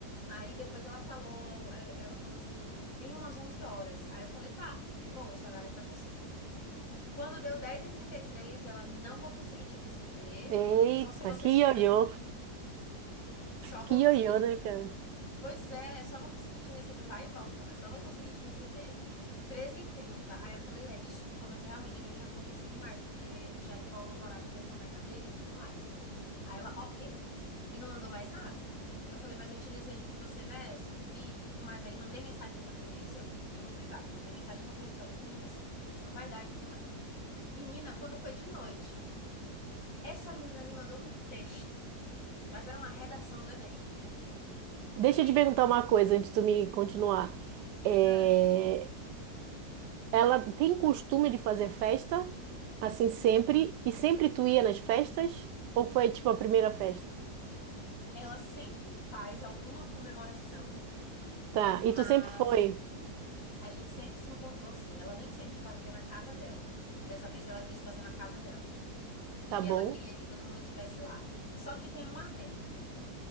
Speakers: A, on the left; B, on the right.
A: Aí depois ela falou, aí ela falou assim: "Vem umas 11 horas". Aí eu falei: "Tá, de boa, esse horário eu ainda consigo". Quando deu dez e trinta e três ela não vou conseguir te receber,
B: Eita,
A: só se você
B: que
A: chegar
B: ioiô.
A: aqui. Só
B: Que
A: vou
B: ioiô,
A: conseguir
B: né, cara?
A: Pois é, só vou conseguir te receber, vai e volta, né? Só vou conseguir te receber 13 e trinta Aí eu falei, é, desculpa, mas realmente eu já não vou conseguir mais, porque já embola os horários da soneca dele e tudo mais. Aí ela, ok. E não mandou mais nada. Eu falei, mas eu te desejo que você, né, se divirta e tudo mais. Aí mandei mensagem, no- isso é tu- tudo no privado, mandei mensagem no grupo, falei, meninas, não vai dar e tudo mais. Menina, quando foi de noite, essa menina me mandou um texto, mas era uma redação do Enem.
B: Deixa
A: Me...
B: eu te perguntar uma coisa antes de tu me continuar. É,
A: Aham.
B: Ela tem costume de fazer festa, assim sempre, e sempre tu ia nas festas? Ou foi tipo a primeira festa?
A: Ela sempre faz alguma comemoração,
B: Tá,
A: mas
B: e tu sempre foi?
A: a gente sempre se encontrou sim. Ela nem sempre fazia na casa dela. Dessa vez ela quis fazer na casa dela. E
B: Tá bom?
A: ela queria que todo mundo estivesse lá. Só que tem um adendo.